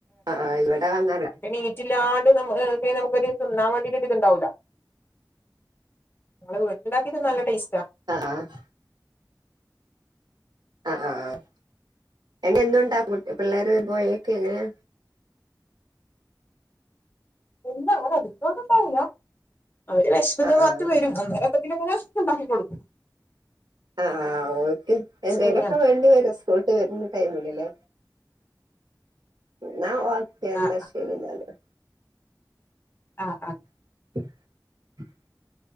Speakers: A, on the right; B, on the left.
A: ആഹ്, ആഹ്, ഇവിടെ അങ്ങന അല്ല.
B: നീറ്റില്ലാണ്ട്, നമം ഹ് നമ്മ കോരു തിന്നാ വണ്ടിട്ട് ഒരു ഇതു ണ്ടാവുല. നിങ്ങള് വീട്ടിലുണ്ടാക്കിയത് നല്ല ടേസ്റ്റാ.
A: ആഹ്, ആഹ് ആഹ്, ആഹ്, ആഹ് എന്നിട്ട് എന്തുണ്ടാക്കും പിള്ളേർ വരും പോയേ ക് എങ്ങനെയ.
B: ഇല്ല, അങ്ങന അതിക ന്നുണ്ടാവുല. അവര് വിഷ ക്കുന്നുന്ന്
A: ആഹ്
B: പറഞ്ഞിട്ട് വരും. അന്നേരം അതിങ്ങനെ <unintelligible> ഉണ്ടാക്കി കൊടുക്കും.
A: ആഹ്, ആഹ് ഓൽക് എന്തേ
B: ശരിയെന്നാ
A: ലൊക്കെ വേണ്ടി വരും, സ്കൂൾട്ട് വരുന്ന ടൈമില് ല്ലേ? ന്നാ ഒക്കെ, എന്ന
B: ആ
A: ശരി ന്നാല്.
B: ആഹ്, ആഹ്
A: <unintelligible> <inaudible>